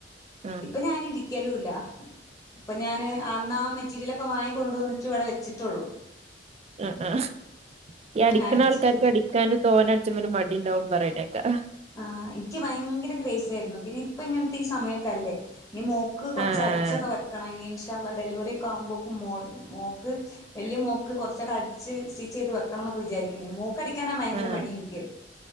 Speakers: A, on the right; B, on the left.
A: ആഹ്
B: ഇപ്പൊ ഞാനിരി ക്കലുല്ല അപ്പം ഞാന് അന്ന് ആ മെറ്റീരിയലൊക്കെ വങ്ങി കൊണ്ടുവന്നിട്ട് ഇവിടെ വെച്ചിട്ടുള്ളൂ
A: ആ ആ ഈ അടിക്കണ
B: അടിച്ചിട്ടില്ല
A: ആൾക്കാർക്ക് അടിക്കാനും തോന ചെറിയ ഒരു മടി ഉണ്ടാവും പറയണ കേക്കാം
B: ആ എനിക്ക് ഭയങ്കര ക്രേസ് ആയിരുന്നു ഇപ്പൊ ഇങ്ങനത്തെ സമയൊക്കെ അല്ലേ ഇനി മോക്ക് കുറച്ച
A: ആഹ്
B: അടിച്ചൊക്കെ വെക്കണം ഇനി ള്ള ഡെലിവറി ഒക്ക ആമ്പോൾക്ക മോക്ക് വലിയ മോക്ക് കുറച്ചൊക്കെ അടിച്ച് സ്റ്റിച്ച് ചെയ്ത് വെക്കണം എന്നൊക്കെ വിചാരിക്കണ്ട് മോ അടിക്കാനാ ഭയങ്കര
A: ആഹ്
B: മടി ഇൻക്ക്